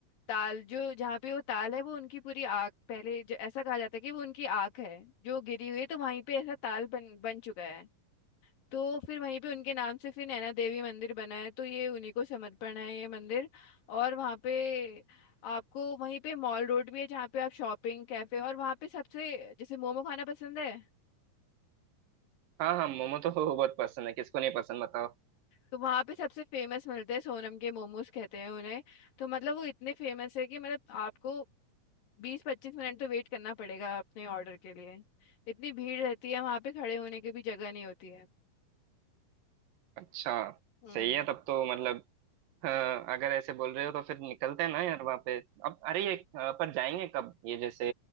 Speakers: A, on the left; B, on the right.
A: ताल जो जहाँ पे वो ताल है वो उनकी पूरी आग पहले जो ऐसा कहा जाता है कि वो उनकी आग है जो गिरी हुई है तो वहीं पे ऐसा ताल बन बन चुका है तो फिर वहीं पे उनके नाम से फिर नैना देवी मंदिर बना है तो ये उन्हीं को समर्पण है ये मंदिर और वहाँ पे आपको वहीं पे मॉल रोड भी है जहाँ पे आप शॉपिंग कैफे और वहाँ पे सबसे जैसे मोमो खाना पसंद है
B: हाँ हाँ मोमो तो <laughs> बहुत पसंद है किसको नहीं पसंद बताओ
A: तो वहाँ पे सबसे फेमस मिलते हैं सोनम के मोमोज कहते हैं उन्हें तो मतलब वो इतने फेमस है कि मतलब आपको बीस पच्चीस मिनट तो वेट करना पड़ेगा अपने ऑर्डर के लिए इतनी भीड़ रहती है वहाँ पे खड़े होने की भी जगह नहीं होती है
B: अच्छा
A: हम्म
B: सही है तब तो मतलब हाँ, अगर ऐसे बोल रहे हो तो फिर निकलते हैं ना यार वहाँ पे अब अरे ये अ, पर जाएंगे कब ये जैसे